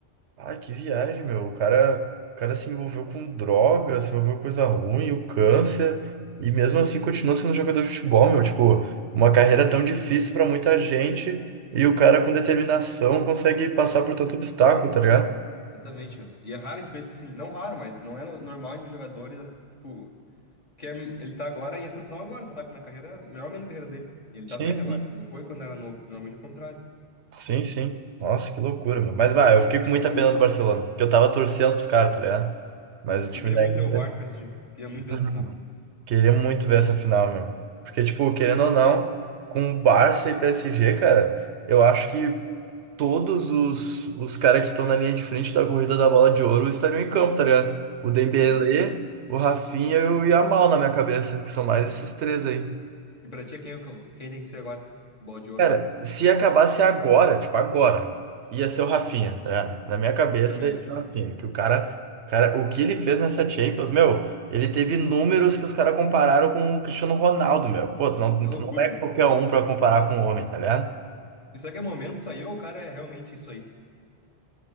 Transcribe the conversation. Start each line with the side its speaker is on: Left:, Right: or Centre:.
Right: Ai, que viagem, meu. O cara, o cara se envolveu com droga, se envolveu com coisa ruim, o câncer, e mesmo assim continuou sendo jogador de futebol, meu. Tipo, uma carreira tão difícil pra muita gente, e o cara com determinação consegue passar por tanto obstáculo, tá ligado?
Left: Exatamente, meu. E é raro a gente ver, tipo assim, não raro, mas não é no- normal a gente ver jogadores, tipo, que é- ele tá agora em ascensão agora, sabe? Na carreira, melhor ou menos na carreira dele. E ele
Right: Sim,
Left: tá velho
Right: sim.
Left: agora. Não foi quando era novo, normalmente é o contrário.
Right: Sim, sim. Nossa, que loucura, meu. Mas, vai, eu fiquei com muita pena do Barcelona, porque eu tava torcendo pros caras, tá ligado? Mas o time
Left: Eu queria
Right: da
Left: muito
Right: Inter.
Left: ver o Barça PSG. Queria muito
Right: <laughs>
Left: ver essa final.
Right: Queria muito ver essa final, meu. Porque, tipo, querendo ou não, com Barça e PSG, cara, eu acho que todos os, os caras que estão na linha de frente da corrida da bola de ouro estariam em campo, tá ligado? O Dembélé,
Left: Sim.
Right: o Rafinha e o Yamal na minha cabeça, que são mais esses três aí.
Left: E pra ti, é quem, é o- quem tem que ser agora? Bola de ouro.
Right: Cara, se acabasse agora, tipo, agora, ia ser o Rafinha, tá ligado? Na minha cabeça,
Left: Eu também
Right: ia ser
Left: acho.
Right: o Rafinha. Que o cara, cara, o que ele fez nessa Champions, meu, ele teve números que os caras compararam com o Cristiano Ronaldo, meu. Pô, tu não,
Left: Isso é
Right: tu
Left: loucura,
Right: não é
Left: meu.
Right: qualquer um pra comparar com o homem, tá ligado?
Left: E será que é momento isso aí ou o cara é realmente isso aí?